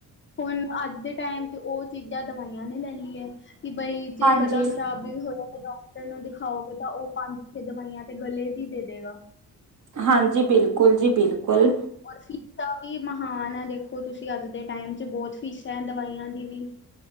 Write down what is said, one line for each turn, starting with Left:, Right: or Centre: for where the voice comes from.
Left: ਹੁਣ ਅੱਜ ਦੇ ਟਾਈਮ 'ਚ ਉਹ ਚੀਜ਼ਾਂ ਦਵਾਈਆਂ ਨੇ ਲੈ ਲਈ ਹੈ ਕਿ ਬਈ ਜੇ
Right: ਹਾਂਜੀ
Left: ਗਲਾ ਖਰਾਬ। ਵੀ ਹੁਣ ਡਾਕਟਰ ਨੂੰ ਦਿਖਾਓਗੇ। ਤਾਂ ਉਹ ਪੰਜ, ਛੇ ਦਵਾਈਆਂ ਤੇ ਗਲੇ ਦੀ ਦੇ ਦੇਗਾ।
Right: ਹਾਂਜੀ! ਬਿਲਕੁਲ ਜੀ ਬਿਲਕੁਲ।
Left: ਔਰ ਫੀਸਾਂ ਵੀ ਮਹਾਨ ਹੈ। ਦੇਖੋ ਤੁਸੀ ਅੱਜ ਦੇ ਟਾਈਮ 'ਚ ਬਹੁਤ ਫੀਸਾਂ ਏਂ, ਦਵਾਈਆਂ ਦੀ ਵੀ।